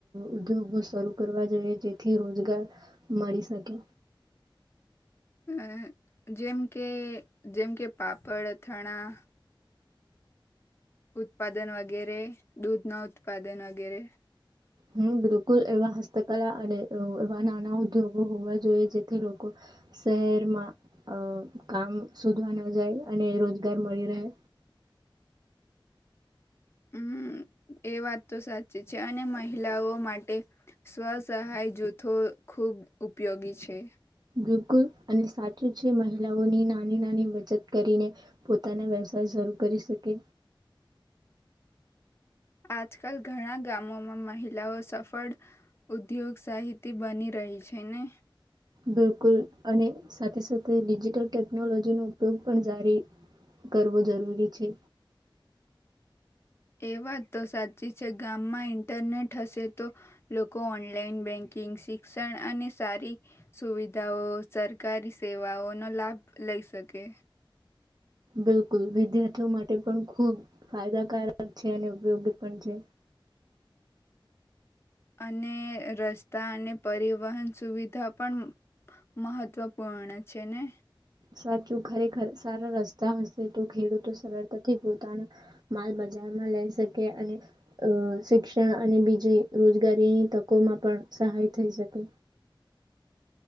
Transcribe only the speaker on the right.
ઉદ્યોગો શરૂ કરવા જોઈએ જેથી રોજગાર મળી શકે.
હમ્મ બિલકુલ એવા હસ્તકલા અને અવ એવા નાના ઉદ્યોગો હોવા જોઈએ જેથી લોકો શહેરમાં અ કામ શોધવા નવુ જાય અને રોજગાર મળી રહે.
બિલકુલ અને સાચું છે મહિલાઓની નાની નાની બચત કરીને પોતાના વ્યવસાય શરૂ કરી શકે.
બિલકુલ અને સાથે સાથે ડિજિટલ ટેકનોલોજીનો ઉપયોગ પણ જારી કરવો જરૂરી છે.
બિલકુલ વિદ્યાર્થીઓ માટે પણ ખુબ ફાયદાકારક છે અને ઉપયોગી પણ છે.
સાચું ખરેખર સારા રસ્તા હશે તો ખેડૂતો સરળતાથી પોતાના માલ બજારમાં લઈ શ કે અને અ શિક્ષ ક્ષણ અને બીજી રોજગારીની તકોમાં પણ સહાય થઈ શકે.